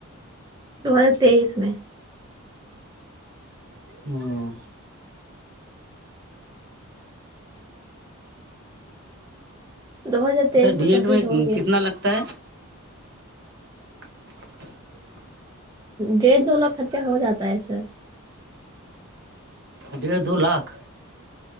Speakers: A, on the right (about 15°); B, on the right (about 50°).
A: دو ہزار تیئیس میں
B: ہاں
A: دو ہزار
B: اچھا
A: تیئیس
B: ڈی ایٹ
A: کمپلیٹ
B: میں
A: ہو گیا
B: کتنا لگتا ہے <inaudible> <inaudible>
A: ڈیڑھ دو لاکھ خرچہ ہو جاتا ہے سر
B: ڈیڑھ دو لاکھ